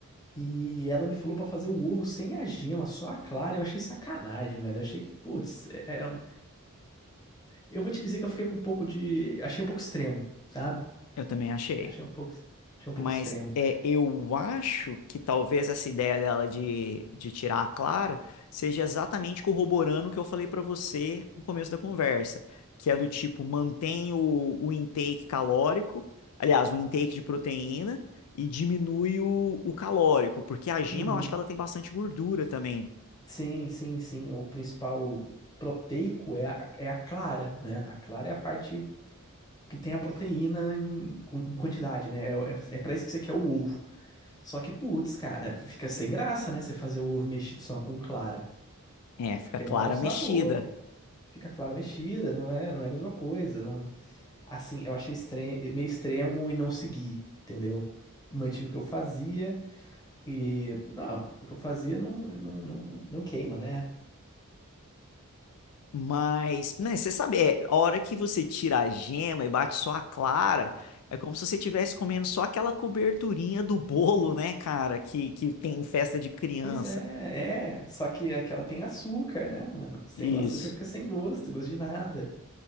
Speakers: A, on the left; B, on the left.
A: e ela me falou pra fazer o ovo sem a gema, só a clara. Eu achei sacanagem, velho. Eu achei que, putz, é- é um- eu vou te dizer que eu fiquei com um pouco de. Achei um pouco extremo, sabe?
B: Eu também achei.
A: Achei um pouco, achei um pouco
B: Mas
A: extremo.
B: é, eu acho que talvez essa ideia dela de, de tirar a Clara seja exatamente corroborando o que eu falei pra você no começo da conversa, que é do tipo, mantém o, o intake calórico, aliás, o intake de proteína, e diminui o, o calórico, porque a gema
A: Uhum.
B: eu acho que ela tem bastante gordura também.
A: Sim, sim, sim. O principal proteico é a, é a clara, né? A clara é a parte que tem a proteína em, quan- em quantidade, né? É, é, é para isso que você quer o ovo. Só que, putz, cara, fica sem graça, né? Você fazer o ovo mexido só com clara.
B: É, fica
A: Porque
B: Clara
A: não dá o sabor,
B: mexida.
A: cara. Fica clara mexida, não é, não é a mesma coisa. Não... Assim, eu achei estre- meio extremo e não segui, entendeu? Mantive o que eu fazia e. Não, o que eu fazia não, não, não, não não queima, né?
B: Mas, né, você sabe, é, a hora que você tira a gema e bate só a clara, é como se você estivesse comendo só aquela coberturinha do bolo, né, cara, que, que tem em festa de criança.
A: Pois é, é. Só que é que ela tem açúcar, né, mano? Sem
B: Isso,
A: o açúcar fica sem gosto, gosto de nada.